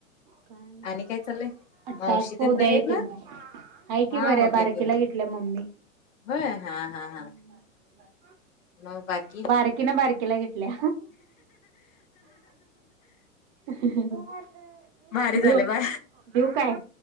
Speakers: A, on the right; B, on the left.
A: काय नाही
B: आणि काय चाललंय? मावशी
A: टास्क
B: तेन
A: उद्या
B: बरे
A: येतील.
B: आहेत ना
A: हाय की
B: हा
A: बरं
B: उद्या
A: बारकीला
B: येतील
A: घेतल्या मम्मी.
B: होय हा हा हा.
A: <unintelligible>
B: मग बाकी
A: बारकीन बारकीला घेतल्या. <unintelligible>
B: भारी झाले
A: देऊ
B: बा.
A: देऊ काय?